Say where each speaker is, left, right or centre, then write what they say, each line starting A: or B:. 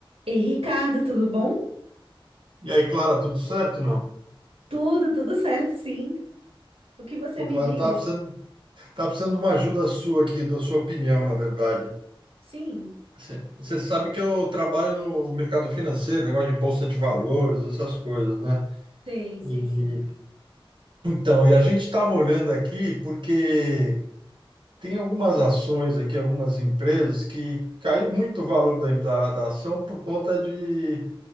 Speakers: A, on the right; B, on the right.
A: E Ricardo, tudo bom?
B: E aí, Clara, tudo certo, não?
A: Tudo, tudo certo, sim. O que você
B: Pô,
A: me
B: Clara,
A: diz?
B: tá precisando, tá precisando de uma ajuda sua aqui, da sua opinião, na verdade.
A: Sim,
B: Você você sabe que eu trabalho no mercado financeiro, negócio de bolsa de valores, essas coisas, né?
A: sei, sei,
B: E
A: sim.
B: então, e a gente estava olhando aqui porque tem algumas ações aqui, algumas empresas que caiu muito o valor da, da, da ação por conta de